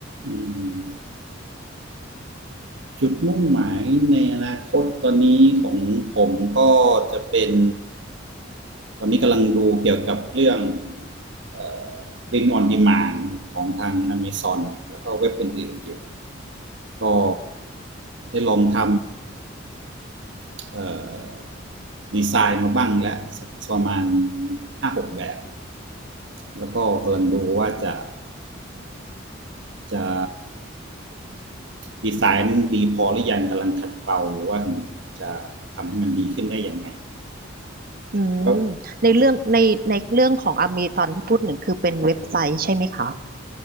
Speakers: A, on the right (about 65°); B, on the right (about 45°).
A: อืมจุดมุ่งหมายในอนาคตตอนนี้ของผมก็จะเป็นตอนนี้กำลังดูเกี่ยวกับเรื่องเอ่อ Print on Demand ของทาง Amazon แล้วก็เว็บอื่นๆอยู่ก็ได้ลองทำเอ่อดีไซน์มาบ้างแล้วสักประมาณห้าหกแบบแล้วก็กำลังดูว่าจะจะ ดีไซน์นั้นดีพอหรือยังกำลังขัดเกลาอยู่ว่าจะทำให้มันดีขึ้นได้อย่างไร
B: อืมในเรื่องในในเรื่องของอเมซอนที่พูดหนึ่งคือเป็นเว็บไซต์ใช่ไหมคะ
A: ก็